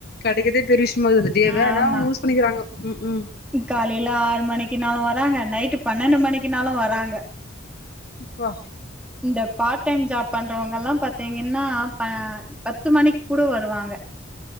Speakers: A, on the left; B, in the centre.
A: கடைக்கதே பெரிய விஷயமாது இந்த டே
B: ஆ
A: வேனா
B: ஆமா
A: அவுங்க யூஸ் பண்ணிக்கிறாங்க ம் ம்
B: காலையில ஆறு மணிக்கு நாளு வராங்க நைட்டு பன்னெண்டு மணிக்கு நாளு வராங்க
A: ப்பா
B: இந்த பார்ட் டைம் ஜாப் பண்றவங்க எல்லா பாத்தீங்கன்னா ப பத்து மணிக்கு கூட வருவாங்க